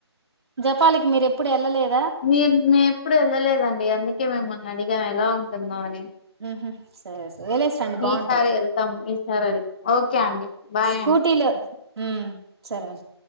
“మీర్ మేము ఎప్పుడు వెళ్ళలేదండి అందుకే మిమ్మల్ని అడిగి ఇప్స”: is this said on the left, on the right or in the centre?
Left